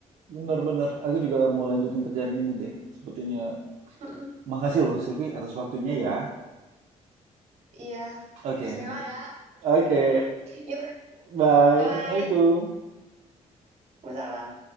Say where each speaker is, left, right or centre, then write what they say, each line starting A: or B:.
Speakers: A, on the right; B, on the right.
A: bener bener aku juga mau lanjutin kerjaan ini deh sepertinya
B: Mm-mm.
A: makasih loh Silvi atas waktunya ya
B: iya
A: oke
B: Bismillah
A: mungkin
B: ya
A: oke
B: Yuk, Kak.
A: Bye.
B: Bye.
A: Assalamualaikum.
B: Waalaikumsalam.